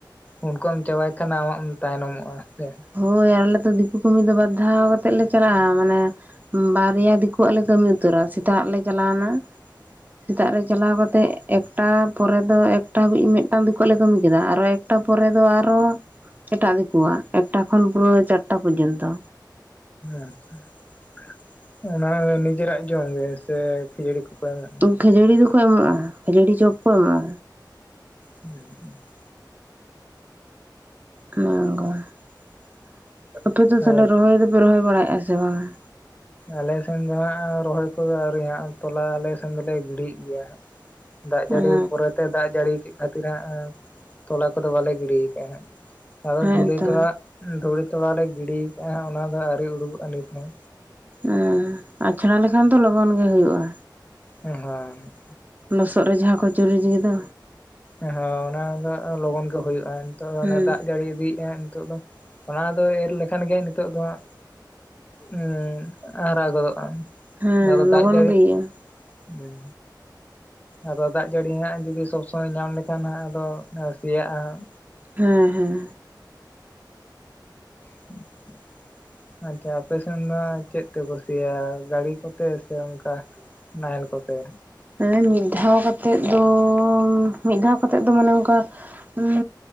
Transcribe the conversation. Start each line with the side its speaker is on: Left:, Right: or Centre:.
Left: ᱩᱱᱠᱩᱣᱟᱜ ᱮᱢ ᱪᱟᱵᱟᱭ ᱠᱷᱟᱱ ᱟᱢ ᱦᱟᱸᱜ ᱮᱢ ᱛᱟᱭᱱᱚᱢᱚᱜ-ᱟ ᱦᱮᱸ ᱥᱮ ᱾
Right: ᱦᱳᱭ ᱟᱨ ᱟᱞᱮ ᱫᱚ ᱫᱤᱠᱩ ᱠᱟᱹᱢᱤ ᱫᱚ ᱵᱟᱨᱫᱷᱟᱣ ᱠᱟᱛᱮᱜ ᱞᱮ ᱪᱟᱞᱟᱜ-ᱟ ᱢᱟᱱᱮ ᱵᱟᱨᱭᱟ ᱫᱤᱠᱩᱣᱟᱜ ᱞᱮ ᱠᱟᱹᱢᱤ ᱩᱛᱟᱹᱨᱟ ᱥᱮᱛᱟᱜ ᱨᱮᱞᱮ ᱪᱟᱞᱟᱣᱮᱱᱟ <inaudible> ᱥᱮᱛᱟᱜ ᱨᱮ ᱪᱟᱞᱟᱣ ᱠᱟᱛᱮᱜ ᱮᱠᱴᱟ ᱯᱚᱨᱮ ᱫᱚ ᱮᱠᱴᱟ ᱦᱟᱹᱵᱤᱡ ᱢᱤᱫᱴᱟᱝ ᱫᱤᱠᱩᱣᱟᱜ ᱞᱮ ᱠᱟᱹᱢᱤ ᱠᱮᱫᱟ ᱟᱨᱚ ᱮᱠᱴᱟ ᱯᱚᱨᱮ ᱫᱚ ᱟᱨᱚ ᱮᱴᱟᱜ ᱫᱤᱠᱩᱣᱟᱜ ᱮᱠᱴᱟ ᱠᱷᱚᱱ ᱯᱩᱨᱟᱹ ᱪᱟᱴᱴᱟ ᱯᱚᱡᱚᱱᱛᱚ᱾
Left: ᱟᱪᱪᱷᱟ ᱾ <inaudible> ᱚᱱᱟ ᱜᱮ ᱱᱤᱡᱮᱨᱟᱜ ᱡᱚᱢ ᱜᱮ ᱥᱮ ᱠᱷᱟᱹᱡᱟᱹᱲᱤ ᱠᱚᱠᱚ ᱮᱢᱚᱜ
Right: ᱠᱷᱟᱹᱡᱟᱹᱲᱤ ᱫᱚᱠᱚ ᱮᱢᱚᱜ-ᱟ ᱠᱷᱟᱹᱡᱟᱹᱲᱤ ᱪᱚᱯ ᱠᱚ ᱮᱢᱚᱜ-ᱟ᱾
Left: ᱦᱩᱸ ᱦᱩᱸ ᱾
Right: ᱚᱱᱮ ᱚᱝᱜᱟ <inaudible> ᱟᱯᱮ ᱫᱚ
Left: ᱟᱨ
Right: ᱛᱟᱦᱞᱮ ᱨᱚᱦᱚᱭ ᱫᱚᱯᱮ ᱨᱚᱦᱚᱭ ᱵᱟᱲᱟᱭᱮᱫ-ᱟ ᱥᱮ ᱵᱟᱝᱟ?
Left: ᱟᱞᱮᱥᱮᱱ ᱫᱚ ᱦᱟᱸᱜ ᱨᱚᱦᱚᱭ ᱠᱚᱫᱚ ᱟᱹᱣᱨᱤ ᱦᱟᱸᱜ ᱛᱚᱞᱟ ᱟᱞᱮ ᱥᱮᱱ ᱫᱚᱞᱮ ᱜᱤᱲᱤᱭᱮᱫ ᱜᱮᱭᱟ ᱦᱟᱸᱜ᱾ ᱫᱟᱜ
Right: ᱦᱮᱸ
Left: ᱡᱟᱹᱲᱤ ᱯᱚᱨᱮᱛᱮ ᱫᱟᱜ ᱡᱟᱹᱲᱤ ᱠᱮᱫ ᱠᱷᱟᱹᱛᱤᱨ ᱦᱟᱸᱜ ᱮᱸᱜ ᱛᱚᱞᱟ ᱠᱚᱫᱚ ᱵᱟᱞᱮ ᱜᱤᱲᱤ ᱠᱟᱜ-ᱟ ᱦᱟᱸᱜ᱾ ᱟᱫᱚ
Right: ᱦᱮᱸᱛᱚ
Left: ᱫᱷᱩᱞᱤ ᱛᱚᱲᱟ ᱩᱸᱜ ᱫᱷᱩᱞᱤ ᱛᱚᱲᱟ ᱞᱮ ᱜᱤᱲᱤ ᱠᱟᱜ-ᱟ ᱦᱟᱸᱜ ᱚᱱᱟ ᱫᱚ ᱟᱣᱨᱤ ᱩᱲᱩᱠᱚᱜ-ᱟ ᱱᱤᱛ ᱦᱚᱸ᱾
Right: ᱩᱸᱻ ᱟᱪᱷᱟᱲᱟ ᱞᱮᱠᱷᱟᱱ ᱫᱚ ᱞᱚᱜᱚᱱ ᱜᱮ ᱦᱩᱭᱩᱜ-ᱟ᱾
Left: ᱩᱸ ᱦᱳᱭ ᱾
Right: ᱞᱚᱥᱚᱫ ᱨᱮ ᱡᱟᱦᱟᱸ ᱠᱚ ᱪᱩᱨᱩᱡᱽ ᱜᱮᱫᱚ
Left: ᱮᱸ ᱦᱚᱸ ᱚᱱᱟ ᱫᱚ ᱞᱚᱜᱚᱱ ᱜᱮ ᱦᱳᱭᱳᱜ-ᱟ ᱱᱤᱛᱚᱜ ᱫᱚ
Right: ᱦᱮᱸ
Left: ᱚᱱᱮ ᱫᱟᱜ ᱡᱟᱹᱲᱤ ᱤᱫᱤᱭᱮᱜ-ᱟ ᱱᱤᱛᱚᱜ ᱫᱚ᱾ ᱚᱱᱟ ᱫᱚ ᱮᱨ ᱞᱮᱠᱷᱟᱱ ᱜᱮ ᱱᱤᱛᱚᱜ ᱫᱚ ᱦᱟᱸᱜ ᱩᱸᱜ ᱦᱟᱨᱟ ᱜᱚᱫᱚᱜ-ᱟ᱾
Right: ᱦᱮᱸ
Left: ᱟᱫᱚ ᱫᱟᱜ
Right: ᱞᱚᱜᱚᱱ
Left: ᱡᱟᱹᱲᱤ
Right: ᱜᱮ
Left: <inaudible>
Right: ᱤᱭᱟᱹᱜᱼᱟ
Left: ᱦᱩᱸ ᱟᱫᱚ ᱫᱟᱜ ᱡᱟᱹᱲᱤ ᱦᱟᱸᱜ ᱡᱩᱫᱤ ᱥᱚᱵᱽ ᱥᱚᱢᱚᱭ ᱧᱟᱢ ᱞᱮᱠᱷᱟᱱ ᱦᱟᱸᱜ ᱟᱫᱚ ᱥᱮᱭᱟᱜ-ᱟ ᱦᱟᱸᱜ᱾
Right: ᱦᱮᱸ ᱦᱮᱸ᱾
Left: <inaudible> ᱟᱪᱪᱷᱟ ᱟᱯᱮ ᱥᱮᱱ ᱫᱚ ᱪᱮᱫ ᱛᱮ ᱠᱚ ᱥᱤᱭᱟ ᱜᱟᱲᱤ ᱠᱚᱛᱮ ᱥᱮ ᱚᱱᱠᱟ ᱱᱟᱦᱮᱞ ᱠᱚᱛᱮ?
Right: ᱦᱮᱸ ᱢᱤᱫ ᱫᱷᱟᱣ ᱠᱟᱛᱮᱫ ᱫᱚ ᱢᱤᱫ ᱫᱷᱟᱣ ᱠᱟᱛᱮᱫ ᱫᱚ ᱢᱟᱱᱮ ᱚᱱᱠᱟ ᱩᱸᱜ